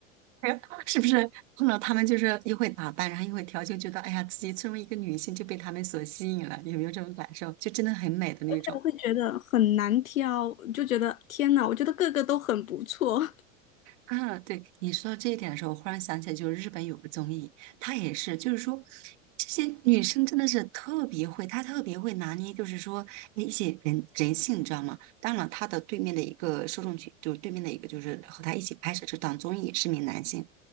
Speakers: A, on the right (about 60°); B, on the left (about 80°).
A: 哎呀，<laughs> 是不是碰到他们就是又会打扮，然后又会调酒，觉得哎呀，自己作为一个女性就被他们所吸引了，有没有这种感受？就真的很美的那种。
B: 但我会觉得很难挑，就觉得天哪，我觉得个个都很不错。
A: 嗯，对，你说到这一点的时候，我忽然想起来，就是日本有个综艺，它也是，就是说这些女生真的是特别会，她特别会拿捏，就是说一些人人性，你知道吗？当然了，她的对面的一个受众群，就是对面的一个，就是和她一起拍摄这档综艺是名男性。